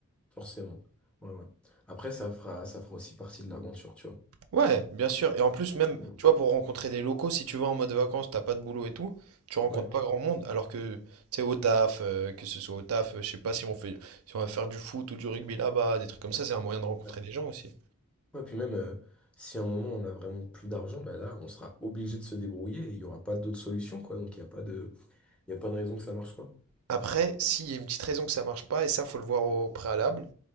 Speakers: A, in the centre; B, on the right (about 75°).
A: forcément. Ouais, ouais. Après, ça fera ça fera aussi partie de l'aventure, tu vois.
B: Ouais, bien sûr. Et en plus, même,
A: Ouais.
B: tu vois, pour rencontrer des locaux, si tu vas en mode vacances, t'as pas de boulot et tout, tu rencontres
A: Ouais.
B: pas grand monde. Alors que, tu sais, au taf, euh, que ce soit au taf, euh, je sais pas si on fait, si on va faire du foot ou du rugby là-bas, des trucs comme ça, c'est un moyen de rencontrer
A: Ouais.
B: des gens aussi.
A: Ouais, puis même euh, si à un moment on a vraiment plus d'argent, bah là, on sera obligé de se débrouiller et il n'y aura pas d'autre solution, quoi. Donc il n'y a pas de il y a pas de raison que ça marche, quoi.
B: Après, s'il y a une petite raison que ça marche pas, et ça, faut le voir au préalable.